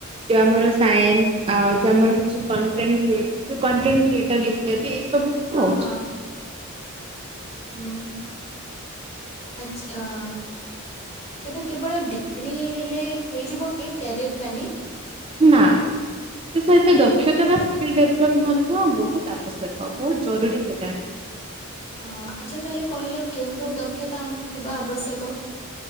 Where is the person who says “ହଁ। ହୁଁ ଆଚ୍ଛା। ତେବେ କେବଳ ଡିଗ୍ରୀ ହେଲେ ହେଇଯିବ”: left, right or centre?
Left